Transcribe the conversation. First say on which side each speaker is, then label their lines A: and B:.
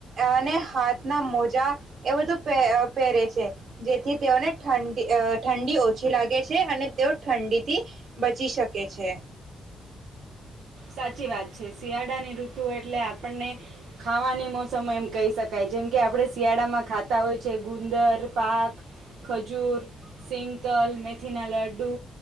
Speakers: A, on the right; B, on the right.
A: અને હાથના મોજા એ બધું પહેરે છે જેથી તેઓને ઠંડી ઠંડી ઓછી. છી લાગે છે અને તેઓ ઠંડીથી બચી શકે છે.
B: સાચી વાત છે શિયાળાની ઋતુ એટલે આપણને ખાવાની મોસમ એમ કહી શકાય જેમ કે આપણે શિયાળામાં ખાતા હોય છે ગુંદર પાક ખજૂર સિંગતલ મેથીના લડ્ડુ